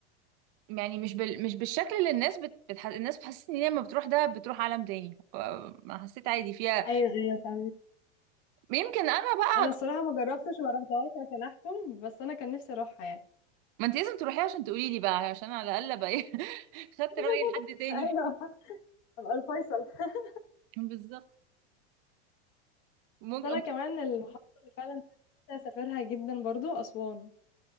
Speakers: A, on the right; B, on the left.
A: يعني مش بال... مش بالشكل اللي الناس بت... بتح... الناس بتحسسني ان هي لما بتروح ده بتروح عالم تاني ف- ما حسيت عادي فيها
B: ايوه ايوه فاهمك
A: يمكن انا بقى
B: انا الصراحه ما جربتش ما رحتهاش عشان احكم بس انا كان نفسي اروحها يعني
A: ما انت لازم تروحي عشان تقولي لي بقى عشان على الاقل ابقى ايه <laughs> خدت
B: <laughs>
A: راي حد تاني
B: ايوه ابقى الفيصل <laughs>
A: <laughs> بالظبط مج...
B: بس انا
A: مج-
B: كمان المحافظه اللي فعلا نفسي اسافرها جدا برضو اسوان